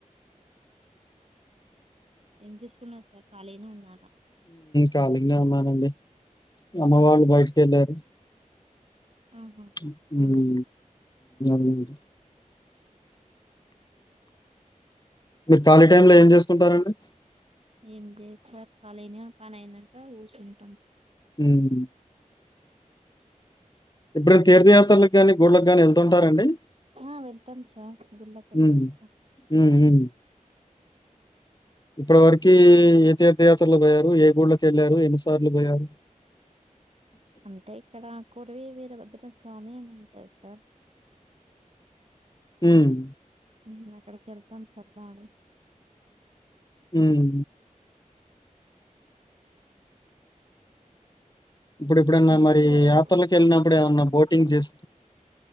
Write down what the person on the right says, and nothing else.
ఏం చేస్తున్నర్ సర్ ఖాళీగనే ఉన్నా
ఆహా
అవునా సార్
ఏం లేదు సార్ ఖాలీనే పని అయినంక కూసుంటం
ఆ వెళ్తం సార్ గుడ్ళకి ఎళ్తం
సార్
మ్
అంటే ఇక్కడా కొరివీ వీరభద్ర స్వామి అని ఉంటది సార్
ఇంగ అక్కడికి వెళ్తం సార్ బానే.
టెంపుల్
కొరివి